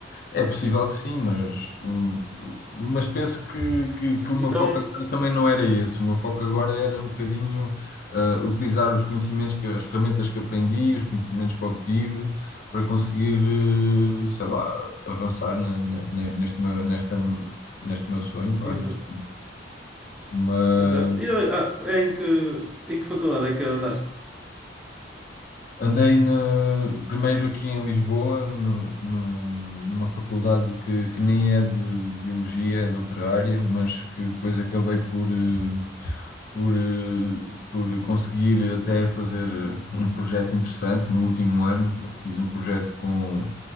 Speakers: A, on the left (about 50°); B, in the centre.
A: é possível que sim, mas, hum, mas penso que, que, que o meu
B: Então,
A: foco agora também não era esse. O meu foco agora era um bocadinho, ah, utilizar os conhecimentos, que, as ferramentas que aprendi, os conhecimentos que obtive, para conseguir, eh, sei lá, avançar na- na- na- neste meu, nesta, neste meu sonho, vá,
B: exato,
A: neste, mas
B: exato. E, ah, é em que, em que faculdade é que andaste?
A: Andei no primeiro aqui em Lisboa, no- no- numa faculdade que, que nem é de biologia, é de outra área, mas que depois acabei por, eh, por, eh, por conseguir até fazer eh, um projeto interessante no último ano. Eu Fiz um projeto com,